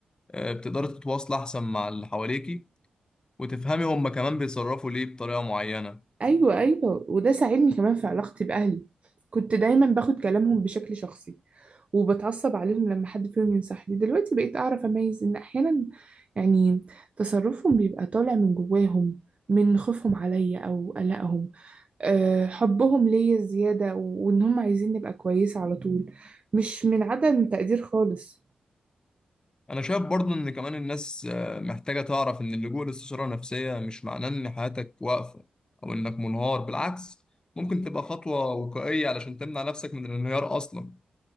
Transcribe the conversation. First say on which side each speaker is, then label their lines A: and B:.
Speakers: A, on the left; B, on the right.
A: آه، بتقدري تتواصلي أحسن مع اللي حواليكي وتفهمي هما كمان بيتصرفوا ليه بطريقة معينة
B: أيوة أيوة وده ساعدني كمان في علاقتي بأهلي كنت دايما باخد كلامهم بشكل شخصي وبتعصب عليهم لما حد فيهم ينصحني دلوقتي بقيت أعرف أميز إن أحيانا يعني تصرفهم بيبقى طالع من جواهم من خوفهم عليا أو قلقهم أه حبهم ليا زيادة وإن هم عايزين نبقى كويسة على طول مش من عدم تقدير خالص
A: انا شايف برضو ان كمان الناس آه، محتاجة تعرف ان اللجوء لاستشارة نفسية مش معناه ان حياتك واقفة او انك منهار بالعكس ممكن تبقى خطوة وقائية علشان تمنع نفسك من الانهيار اصلا